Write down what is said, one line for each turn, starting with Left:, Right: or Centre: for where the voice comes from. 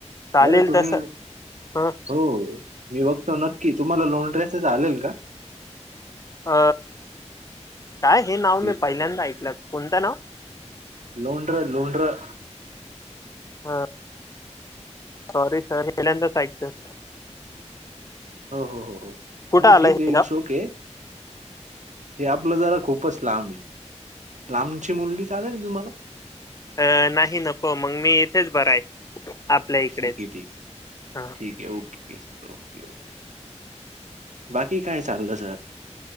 Left: चालेल
Right: बरं तुम्ही
Left: तसं ह
Right: हो मी बघतो नक्की तुम्हाला लो तसं चालल का?
Left: अ काय हे नाव
Right: लो
Left: मी पहिल्यांदा ऐकलं कोणत नाव
Right: लोड्र लोड्र.
Left: हा. सॉरी सर हे पहिल्यांदाच ऐकतोय.
Right: हो हो हो हो
Left: कुठं
Right: नाही
Left: आलं
Right: ठीक
Left: हे
Right: आहे It's
Left: गाव?
Right: okay. हे आपलं जरा खूपच लांब आहे लांबची मुलगी चालेल तुम्हाला.
Left: अ नाही नको मग मी येथेच बरा आहे. आपल्या इकडेच
Right: ठीक आहे ठीक
Left: हा.
Right: ठीक आहे ओके ओके बाकी काय चालं सर.